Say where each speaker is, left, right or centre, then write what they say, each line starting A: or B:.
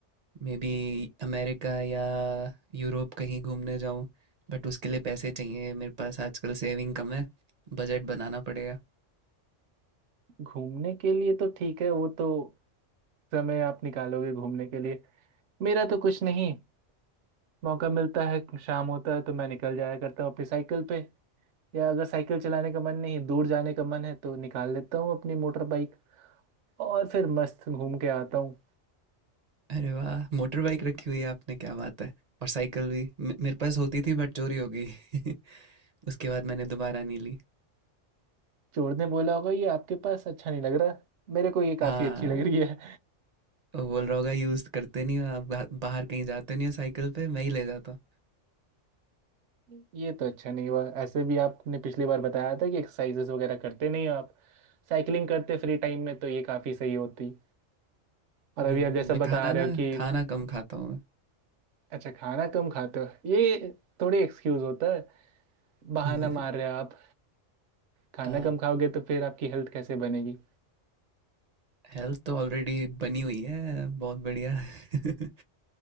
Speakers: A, on the right; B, on the right.
A: maybe America या यूरोप कहीं घूमने जाऊँ बट उसके लिए पैसे चाहिए मेरे पास आजकल सेविंग कम है बजट बनाना पड़ेगा
B: घूमने के लिए तो ठीक है वो तो समय आप निकालोगे घूमने के लिए मेरा तो कुछ नहीं मौका मिलता है शाम होता है तो मैं निकल जाया करता हूँ अपनी साइकिल पे या अगर साइकिल चलाने का मन नहीं दूर जाने का मन है तो निकाल लेता हूँ अपनी मोटर बाइक और फिर मस्त घूम के आता हूँ
A: अरे वाह! मोटर बाइक रखी हुई है आपने, क्या बात है! और साइकिल भी मे मेरे पास होती थी बट चोरी हो गई। <laughs> उसके बाद मैंने दोबारा नहीं ली।
B: चोर ने बोला होगा ये आपके पास अच्छा नहीं लग रहा मेरे को ये काफ़ी
A: हाँ,
B: अच्छी लग रही है
A: वो बोल रहा होगा यूज़ करते नहीं हो आप बा बाहर कहीं जाते नहीं हो साइकिल पे, मैं ही ले जाता हूँ।
B: <laughs> ये तो अच्छा नहीं हुआ ऐसे भी आपने पिछली बार बताया था कि एक्सरसाइजेस वगैरह करते नहीं हो आप साइकिलिंग करते फ्री टाइम में तो ये काफ़ी सही होती और
A: हुँ,
B: अभी आप जैसा
A: मैं
B: बता
A: खाना
B: रहे
A: ना
B: हो कि
A: खाना कम खाता हूँ मैं।
B: अच्छा खाना कम खाते हो ये थोड़ी एक्सक्यूज़ होता है बहाना
A: <laughs>
B: मार रहे हो आप खाना
A: अ,
B: कम खाओगे तो फिर आपकी हेल्थ कैसे बनेगी
A: हेल्थ तो ऑलरेडी बनी हुई है, बहुत बढ़िया। <laughs>